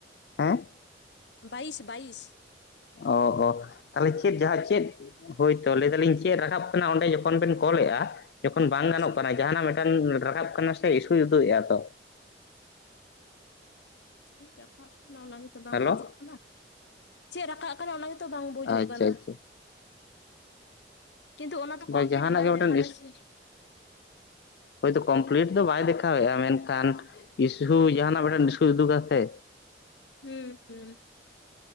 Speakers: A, on the left; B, on the left.
A: ᱦᱮᱸ
B: ᱵᱟᱭᱤᱥ ᱵᱟᱭᱤᱥ
A: ᱚ ᱚ ᱛᱟᱦᱚᱞᱮ ᱪᱮᱫ ᱡᱟᱦᱟᱸ ᱪᱮᱫ ᱦᱳᱭᱛᱳ ᱞᱟᱹᱭ ᱫᱟᱞᱤᱧ ᱪᱮᱫ ᱨᱟᱠᱟᱵ ᱠᱟᱱᱟ ᱚᱸᱰᱮ ᱡᱚᱠᱷᱚᱱ ᱵᱮᱱ ᱠᱚᱞᱮᱫᱼᱟ? ᱮᱠᱷᱚᱱ ᱵᱟᱝ ᱜᱟᱱᱚᱜ
B: ᱪᱮᱫ
A: ᱠᱟᱱᱟ ᱡᱟᱦᱟᱱᱟᱜ ᱢᱤᱫᱴᱟᱝ ᱨᱟᱠᱟᱵ ᱠᱟᱱᱟ ᱥᱮ ᱤᱥᱩᱭ ᱩᱫᱩᱜ ᱮᱜᱼᱟ ᱛᱚ
B: ᱪᱮᱫ ᱨᱟᱠᱟᱵ ᱠᱟᱱᱟ ᱚᱱᱟ ᱵᱮᱜᱚᱨ ᱵᱟᱝ
A: ᱦᱮᱞᱳ
B: ᱵᱩᱪᱚᱜ ᱠᱟᱱᱟ ᱪᱮᱫ ᱨᱟᱠᱟᱵ ᱠᱟᱱᱟ ᱚᱱᱟ ᱛᱚ ᱵᱟᱝ ᱵᱩᱡᱩᱜ
A: ᱟᱪᱪᱷᱟ
B: ᱠᱟᱱᱟ᱾
A: ᱟᱪᱪᱷᱟ
B: ᱠᱤᱱᱛᱩ ᱚᱱᱟ ᱫᱚ
A: ᱵᱟ
B: ᱠᱚᱢᱯᱞᱤᱴ
A: ᱡᱟᱦᱟᱱᱟᱜ
B: ᱵᱟᱭ
A: ᱜᱮ ᱢᱤᱫᱴᱮᱱ
B: ᱫᱮᱠᱷᱟᱫᱟ ᱣ
A: ᱦᱚᱳᱭᱛᱳ ᱠᱚᱢᱯᱞᱤᱴ ᱫᱚ ᱵᱟᱭ ᱫᱮᱠᱷᱟᱣᱮᱫᱼᱟ, ᱢᱮᱱᱠᱷᱟᱱ ᱤᱥᱩ ᱡᱟᱦᱟᱱᱟᱜ ᱢᱤᱫᱴᱮᱱ ᱤᱥᱩᱭ ᱩᱫᱩ ᱜᱟᱥᱮ
B: ᱦᱮᱸ ᱦᱮᱸ